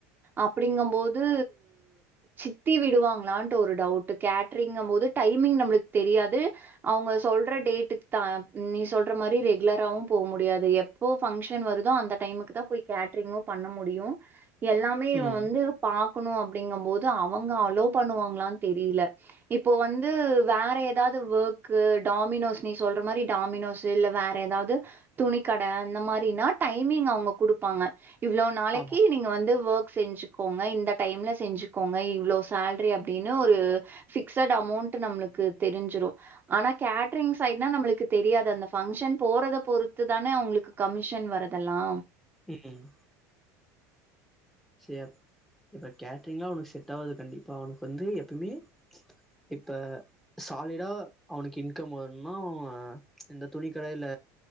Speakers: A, on the right; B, in the centre.
A: அப்படிங்கம்போது து சித்தி விடுவாங்களான்ட்டு ஒரு டவுட்டு கேட்ரிங்கம்போது டைமிங் நம்மளுக் தெரியாது அவங்க சொல்ற டேட்டுக் தா நீ சொல்ற மாரி ரெகுலராவு போ முடியாது எப்போ ஃபங்ஷன் வருதோ அந்த டைமுக்கு தா போய் கேட் ட்ரிங்கு பண்ண முடியு எல்லாமே இவ
B: ம்
A: வந்து பா கணு அப்டிங்கம்போது அவங்க அலோ பண்ணுவாங்களான் தெரீல இப்ப வந்து வேற எதாவ்து வொர்க்கு டாமினோஸ் நீ சொல்ற மாரி டாமினோஸ் இல்ல வேற எதாவ்து துணி கட அந்த மாரின்னா டைமிங் அவங்க குடுப்பாங்க இவ்ளோ நாளைக்கு
B: ஆமா
A: நீங்க வந்து ஒர்க் செஞ்சு கோங்க இந்த டைம்ல செஞ்சுக்கோங்க இவ்ளோ சேலரி அப்டின்னு ஒரு ஃபிக்சட் அமௌண்ட்டு நம்ளுக்கு தெரிஞ்சிரு ஆனா கேட்ரிங் சைட்னா நம்மளுக்கு தெரியாது அந்த ஃபங்க்ஷன் போறத பொறுத்து தான அவங்களுக்கு கமிஷன் வரதெல்லா
B: உம் ம் செரி இப்ப கேட்ரிங்லாம் அவனுக்கு செட் ஆகுது கண்டிப்பா அவனுக்கு வந்து எப்பயுமே இப்ப சாலிடா அவனுக்கு இன்கம் வரணும் இந்த துணி கடையில